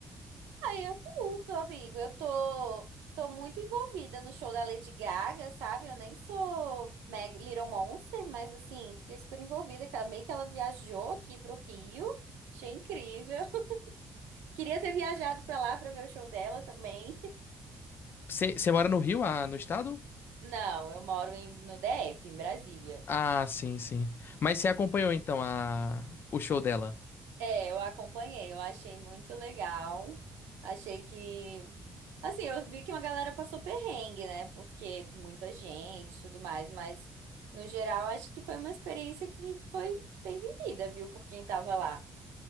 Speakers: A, on the right; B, on the left.
A: Aí eu curto, amigo. Eu tô, tô muito envolvida no show da Lady Gaga, sabe? Eu nem sou Meg Little Monster, mas assim, fiquei super envolvida, que ela meio que ela viajou aqui pro Rio. Achei incrível. <laughs> Queria ter viajado pra lá pra ver o show dela também. <laughs>
B: Você você mora no Rio, ah, no estado?
A: Não, eu moro em, no DF, em Brasília.
B: Ah, sim, sim. Mas você acompanhou então a o show dela?
A: É, eu acompanhei, eu achei muito legal. Achei que. Assim, eu vi que uma galera passou perrengue, né? Porque muita gente e tudo mais, mas no geral acho que foi uma experiência que foi bem vivida, viu, por quem tava lá.